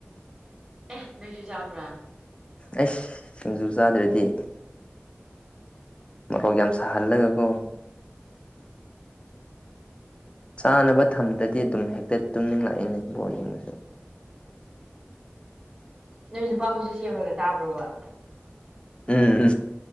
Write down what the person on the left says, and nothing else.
ꯑꯩꯁ ꯁꯤꯡꯖꯨ ꯆꯥꯗ꯭ꯔꯗꯤ ꯃꯔꯣꯛ ꯌꯥꯝ ꯁꯥꯍꯜꯂꯒꯀꯣ ꯆꯅ ꯊꯝꯗꯗꯤ ꯑꯗꯨꯝ ꯍꯦꯛꯇ ꯇꯨꯝꯅꯤꯡꯂꯛꯏꯅꯦ ꯕꯣꯜ ꯌꯦꯡꯕꯁꯨ
ꯎꯝ